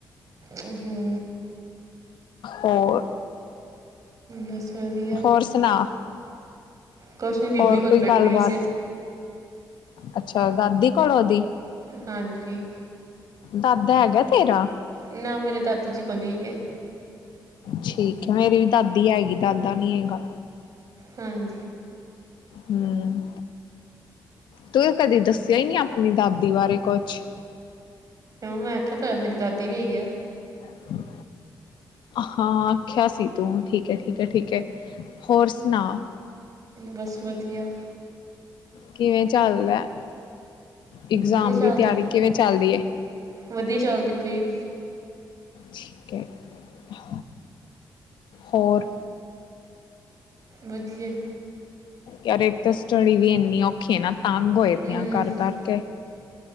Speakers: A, on the right; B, on the left.
A: ਹੂੰ-ਹੂੰ।
B: ਹੋਰ।
A: ਬਸ। ਵਧੀਆ
B: ਹੋਰ ਸੁਣਾ
A: ਕੁਛ ਨਹੀਂ ਬੀਬੀ
B: ਹੋਰ
A: ਕੋਲ
B: ਕੋਈ
A: ਬੈਠੇ
B: ਗੱਲਬਾਤ।
A: ਹੋਏ ਸੀ
B: ਅੱਛਾ ਦਾਦੀ ਕੋਲ ਔਦੀ।
A: ਹਾਂਜੀ।
B: ਦਾਦਾ ਹੈਗਾ ਤੇਰਾ।
A: ਨਾ ਮੇਰੇ ਦਾਦੂ ਜੀ ਕੋ ਨੀ ਹੈਗੇ।
B: ਠੀਕ ਹੈ ਮੇਰੀ ਵੀ ਦਾਦੀ ਹੈਗੀ ਦਾਦਾ ਨੀ ਹੈਗਾ।
A: ਹਾਂਜੀ।
B: ਹੂੰ ਤੂੰ ਕਦੀ ਦੱਸਿਆ ਹੀ ਨੀ ਆਪਣੀ ਦਾਦੀ ਬਾਰੇ ਕੁਛ।
A: ਮੈਂ ਆਖਿਆ ਤਾਂ ਹੈ ਮੇਰੀ ਦਾਦੀ ਵੀ ਹੈਗੀ ਆ।
B: ਹਮ। ਹਾਂ ਆਖਿਆ ਸੀ ਤੂੰ ਠੀਕ ਹੈ-ਠੀਕ ਹੈ, ਠੀਕ ਹੈ ਹੋਰ ਸੁਣਾ।
A: ਬਸ ਵਧੀਆ।
B: ਕਿਵੇਂ ਚੱਲਦਾ, ਇਗਜ਼ਾਮ
A: ਵਧੀਆ ਚੱਲਦਾ
B: ਦੀ ਤਿਆਰੀ ਕਿਵੇਂ ਚੱਲਦੀ ਐ।
A: ਵਧੀਆ ਚੱਲਦੀ ਪਈ ਏ।
B: ਠੀਕ ਹੈ ਹੋਰ।
A: ਵੱਧੀਆ।
B: ਯਾਰ ਇੱਕ ਤਾਂ ਸਟੜਡੀ ਵੀ ਇੰਨੀ ਔਖੀ ਹੈ ਨਾ ਤੰਗ ਹੋਏ
A: ਹੂੰ
B: ਪਏ ਆ ਕਰ ਕਰਕੇ।